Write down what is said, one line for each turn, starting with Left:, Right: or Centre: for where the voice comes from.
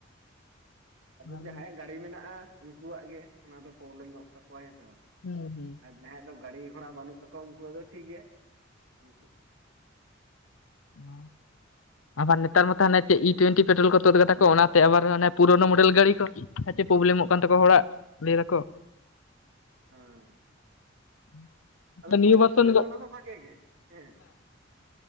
Right: ᱟᱫᱚ
Left: ᱛᱟᱦᱚᱞᱮ
Right: ᱡᱟᱦᱟᱸᱭᱟᱜ ᱜᱟᱹᱰᱤ ᱢᱮᱱᱟᱜᱼᱟ ᱩᱱᱠᱩᱣᱟᱜ ᱜᱮ ᱚᱱᱟ ᱫᱚ ᱯᱨᱚᱵᱞᱮᱢᱚᱜ ᱛᱟᱠᱚᱣᱟ ᱦᱮᱸ ᱥᱮ ᱵᱟᱝ?
Left: ᱦᱩᱸ ᱦᱩᱸ
Right: ᱟᱨ ᱡᱟᱦᱟᱸᱭᱟᱜ ᱫᱚ ᱜᱟᱹᱲᱤ ᱜᱷᱚᱲᱟ ᱵᱟᱹᱱᱩᱜ ᱛᱟᱠᱚᱣᱟ ᱩᱱᱠᱩᱣᱟᱜ ᱫᱚ ᱴᱷᱤᱠ ᱜᱮᱭᱟ ᱩᱱᱠᱩ
Left: ᱦᱚᱸ ᱟᱵᱟᱨ ᱱᱮᱛᱟᱨ ᱢᱟᱛᱚ ᱦᱟᱱᱮ ᱪᱮᱜ ᱤ ᱴᱩᱭᱮᱱᱴᱤ ᱯᱮᱴᱨᱳᱞ ᱠᱚ ᱛᱩᱫ ᱠᱟᱫᱟ ᱠᱚ ᱚᱱᱟᱛᱮ ᱟᱵᱟᱨ ᱯᱩᱨᱳᱱᱳ ᱢᱳᱰᱮᱞ ᱜᱟᱹᱰᱤ ᱠᱚ ᱠᱷᱟᱪᱮ ᱯᱨᱚᱵᱞᱮᱢᱚᱜ ᱠᱟᱱ ᱛᱟᱠᱚᱣᱟ ᱦᱚᱲᱟᱜ ᱞᱟᱹᱭ ᱫᱟᱠᱚ ᱾
Right: ᱦᱮᱸ
Left: <inaudible>
Right: ᱟᱫᱚ
Left: ᱱᱤᱭᱟᱹ
Right: ᱯᱳᱭᱞᱳ
Left: ᱵᱚᱨᱥᱚᱱ
Right: ᱯᱳᱭᱞᱳ ᱫᱚ ᱚᱱᱟ ᱦᱚᱸ ᱵᱷᱟᱜᱮ ᱜᱮ ᱦᱮᱸ ᱾